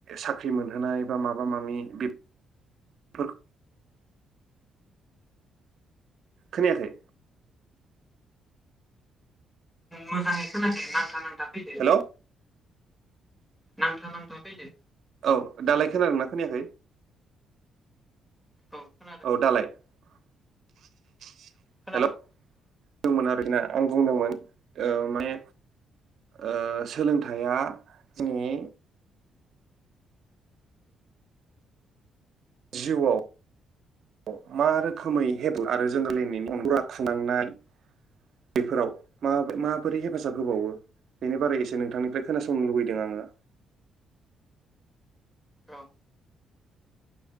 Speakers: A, on the right; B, in the centre.
A: साख्रि मोनहोनाय बा माबा मामि बेफोरख खोनायाखै।
B: मोजाङै खोनाखै नांथानांगोन <unintelligible> दाफैदो।
A: हेलौ
B: नांथा नांथा फैद।
A: औ दालाय खोनादों ना खोनायाखै।
B: औ खोनादों
A: औ दालाय। ब <inaudible>
B: खोनादों
A: हेल'। दंमोन आरो ना आं बुंदोंमोन ओ माने ओ सोलोंथाइया जोंनि जिउआव मा रोखोमैे हेब आरो जोंगोरनि अनग्रा खुनांनाय बेफोराव म माबोरै हेफाजाब होबावो बेनि बारै एसे नोंथांनिफ्राय खोनासंनो लुबैदों आङो।
B: औ।